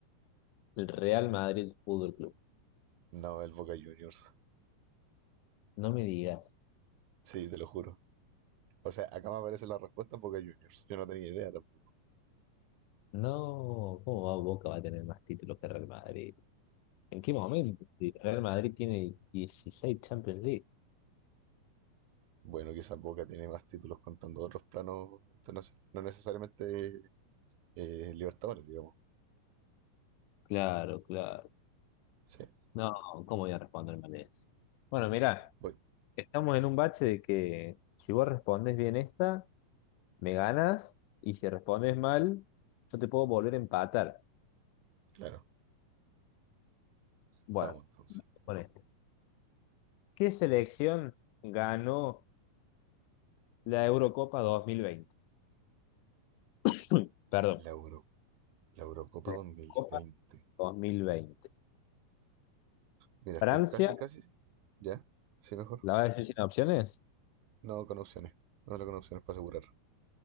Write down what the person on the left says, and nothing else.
el Real Madrid Fútbol Club.
No me digas.
No, ¿cómo va Boca va a tener más títulos que Real Madrid? ¿En qué momento? Si Real Madrid tiene 16 Champions League.
Claro, claro.
No, ¿cómo voy a responder mal eso? Bueno, mira,
Estamos en un bache de que si vos respondes bien esta, me ganas, y si respondes mal, yo te puedo volver a empatar.
Bueno,
con esto. ¿Qué selección ganó la Eurocopa 2020? <clears throat> Perdón,
la
Eurocopa 2020.
¿Francia?
¿La vas a decir sin opciones?